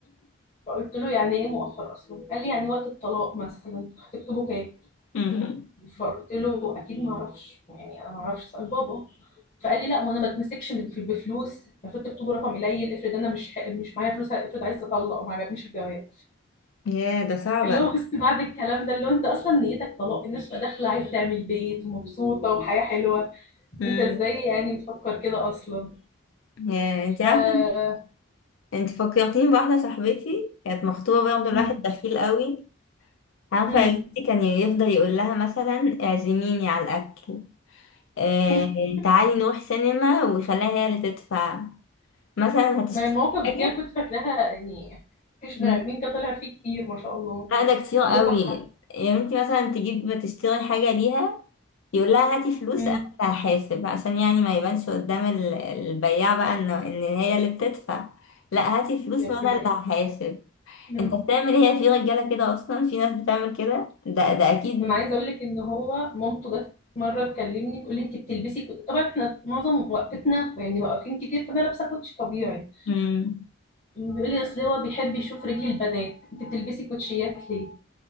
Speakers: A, on the left; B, on the left.
A: فقلت له يعني ايه مؤخر اصلا قال لي يعني وقت الطلاق مثلا هتكتبوا كام
B: أمم.
A: فقلت له اكيد ما اعرفش يعني انا ما اعرفش اسال بابا فقال لي لا ما انا ما اتمسكش من في- بفلوس المفروض تكتبوا رقم قليل افرض انا مش مش معايا فلوس افرض عايز اطلق ما عجبنيش الجواب
B: <laughs> ياه ده صعب
A: اللي
B: قوي
A: هو بس بعد الكلام ده اللي هو انت اصلا نيتك طلاق الناس بقى داخله عايزه تعمل بيت ومبسوطه وحياه حلوه
B: أمم.
A: انت ازاي يعني بتفكر كده اصلا
B: ياه انت عارفه
A: ف
B: انت فكرتيني بواحدة صاحبتي كانت مخطوبة برضه
A: مم.
B: لواحد بخيل قوي عارفة
A: مم.
B: يا بنتي كان يفضل يقول لها مثلا اعزميني على الأكل آه
A: <laughs>
B: تعالي نروح سينما ويخليها هي اللي تدفع مثلا هتشتري
A: ما المواقف
B: حاجة
A: دي أنا كنت فاكراها يعني مفيش بني
B: مم.
A: ادمين كده طلع فيه كتير ما شاء الله
B: لا ده كتير قوي
A: بجحه
B: يا بنتي مثلا تجيب تشتري حاجة ليها يقول لها هاتي فلوس
A: مم.
B: انا اللي هحاسب عشان يعني ما يبانش قدام ال- البياع بقى ان ان هي اللي بتدفع لا هاتي فلوس
A: يا
B: وانا
A: بنت
B: اللي هحاسب
A: البلد
B: انت بتعمل هي في رجاله كده اصلا في ناس بتعمل كده ده ده اكيد
A: انا عايزه اقول لك ان هو مامته جت مره تكلمني تقول لي انت بتلبسي كوتشي طبعا احنا معظم وقفتنا يعني واقفين كتير فانا لابسه كوتشي طبيعي
B: مم.
A: بيقول لي اصل هو بيحب يشوف رجل البنات انت بتلبسي كوتشيات ليه